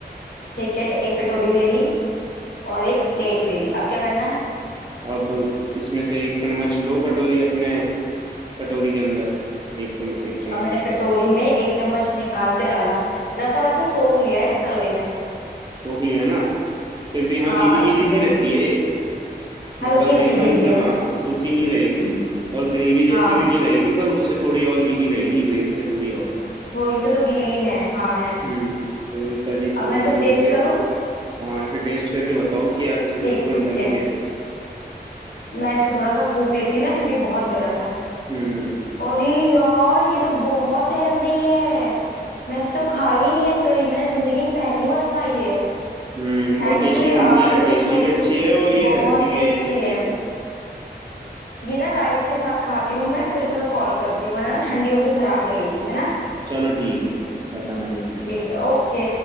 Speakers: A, on the left; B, on the right.
A: ठीक है एक कटोरी ले ली और एक प्लेट ले ली अब क्या करना है
B: अब इसमें से एक चम्मच लो कटोरी अपने कटोरी के अंदर एक सम एक चम्मच
A: अब मैंने कटोरी में एक चम्मच निकाल के डाला रसा वैसे सोख लिया है इस तरोई ने
B: सोख लिया ना फिर भी हाँ
A: हाँ
B: गीली
A: अच्छे
B: गीली
A: से
B: सी रहती है ये मतलब
A: हल्की हल्की
B: एकदम
A: गीली है
B: हाँ सूखी नहीं रहेगी और ग्रेवी जैसी
A: हाँ
B: भी नहीं रहेगी पर उससे थोड़ी और गीली रहेगी ग्रेवी से थोड़ी और
A: थोड़ी सी तो गीली है हाँ है
B: हम्म तो ये तरी तोरी
A: अब मैं इसे
B: की बनती
A: टेस्ट
B: है
A: करूँ
B: हाँ इसे टेस्ट करके बताओ कि आखिरकार
A: ठीक
B: तुम्हें लगी
A: है
B: कैसी
A: मैं इसको थोड़ा सा फूक लेती हूँ ना क्योंकि बहुत गर्म है
B: हम्म
A: अरे यार ये तो बहुत हेल्दी है मैं तो खाई ही नहीं है सॉरी मैंने जिंदगी में पहली बार खाई है
B: हम्म
A: थैंक
B: बहुत टेस्टी
A: यू यार
B: बनती है
A: तुमने
B: टेस्टी
A: मुझे
B: भी अच्छी है और ये
A: बहुत
B: हेल्दी
A: टेस्टी
B: भी है ये सब्जी
A: है ये ना राइस के साथ खाती हूँ मैं फिर तुम्हें कॉल करती हूँ वरना ना ठंडी होके खराब लगेगी है ना
B: चलो ठीक है बताना कैसी लगी
A: ठीक है ओके